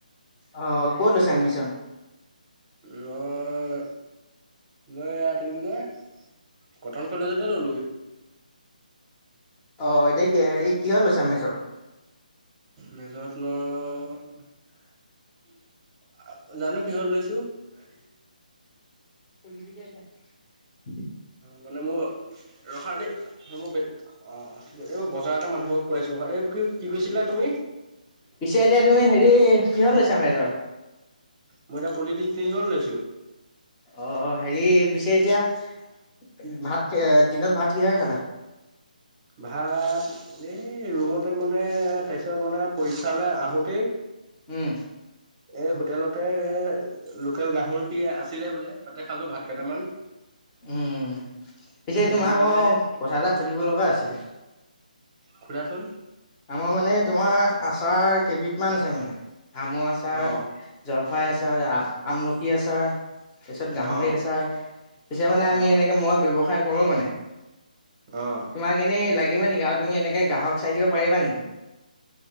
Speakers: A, on the left (about 15°); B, on the right (about 25°).
A: অ কত'লৈছা এডমিচন?
B: মই মই ইয়াত কি বুলি কয়, কটন কলেজতে ললোহি।
A: অ এতিয়া কিহত লৈছা মেজৰ
B: মেজৰত মই, জানো কিহৰ লৈছো। তো <unintelligible>
A: <unintelligible>
B: মানে মোৰ ৰখা দেই <unintelligible> এইবোৰ বজাৰ এটা মানুহ লগক কৈ আছো, <unintelligible> এই কি কি কৈছিলা। তুমি
A: পিছে এতিয়া তুমি হেৰি কিহৰ লৈছা মেজৰ
B: মই এতিয়া পলিটি নিক লৈছো
A: অ হেৰি পিছে এতিয়া ভাত দিনত ভাত কিহেৰে খালা?
B: ভাত এই ৰুমতে মানে তাপিছত মানে পৰীক্ষালে আহোতেই
A: উম।
B: এই হোটেলতে লোকেল গাহৰি কি আছিলে বোলে তাতে খালো ভাত কেইটামান
A: উম পিছে
B: তাৰপিছত
A: তোমাক
B: এনেকে মানে
A: মই কথা এটা সুধিব লগা আছিলে
B: সুধাচোন।
A: আমাৰ মানে তোমাৰ আচাৰ কেইবিধ মান আছে মানে আমৰ আচাৰ
B: অ
A: জল চফাই আচাৰ আমলখি আচাৰ তাৰিছত
B: অ',
A: গাহৰি আচাৰ পিছে মানে
B: অ',
A: আমি এনেকে মই ব্যৱসায় কৰো মানে
B: অ',
A: তোমাক এনেই লাগিব নেকি আৰু তুমি এনেকে গ্ৰাহক চাই দিব পাৰিবা নেকি?